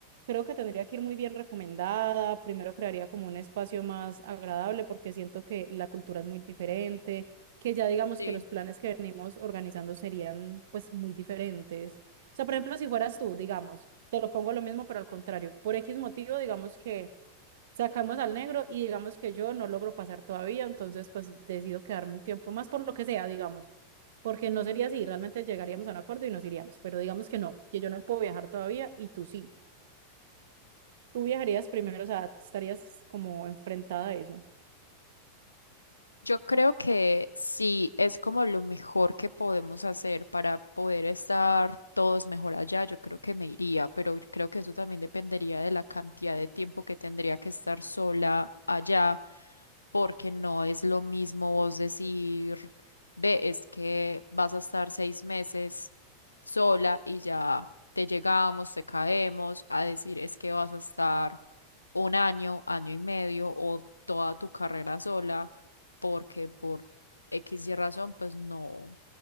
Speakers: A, on the right (about 55°); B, on the left (about 80°).
A: creo que tendría que ir muy bien recomendada, primero crearía como un espacio más agradable porque siento que la cultura es muy diferente, que ya digamos
B: Sí.
A: que los planes que venimos organizando serían pues muy diferentes. O sea, por ejemplo, si fueras tú, digamos, te lo pongo lo mismo, pero al contrario, por X motivo, digamos que sacamos al negro y digamos que yo no logro pasar todavía, entonces pues decido quedarme un tiempo más por lo que sea, digamos, porque no sería así, realmente llegaríamos a un acuerdo y nos iríamos, pero digamos que no, que yo no puedo viajar todavía y tú sí. Tú viajarías primero, o sea, estarías como enfrentada a eso.
B: Yo creo que sí, es como lo mejor que podemos hacer para poder estar todos mejor allá. Yo creo que me iría, pero creo que eso también dependería de la cantidad de tiempo que tendría que estar sola allá, porque no es lo mismo vos decir, ve, es que vas a estar seis meses sola y ya te llegamos, te caemos, a decir, es que vas a estar un año, año y medio o toda tu carrera sola porque por X y razón, pues no,